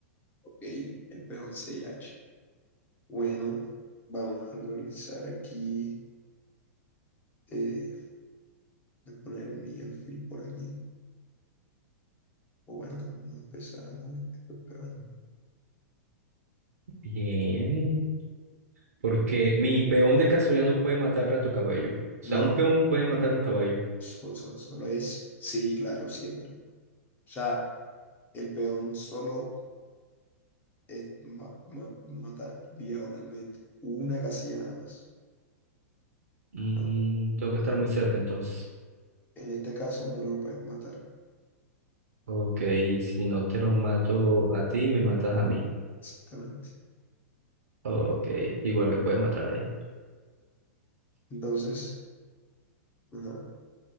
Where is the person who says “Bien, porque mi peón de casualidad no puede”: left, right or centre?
Right